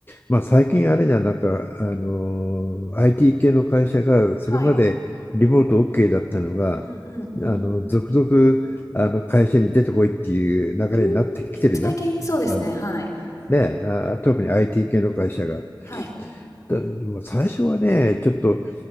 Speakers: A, on the left; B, on the left.
A: まあ、最近あれじゃん、なんか、あの、IT 系の会社が、
B: はい。
A: それまでリモート OK だったのが、
B: うんうんうん。
A: あの、続々、あの、会社に出てこいっていう流れになってきてるじゃん。
B: うーん、最近そうですね、
A: あの、
B: はい。
A: ね、あ、特に IT 系の会社が。
B: はい。
A: だもう最初はね、ちょっと